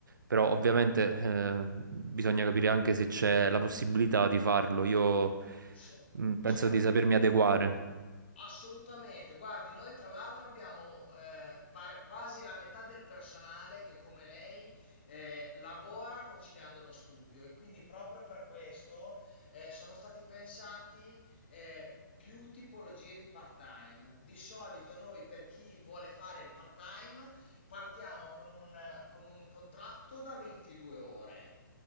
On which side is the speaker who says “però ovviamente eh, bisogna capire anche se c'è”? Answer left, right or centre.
Right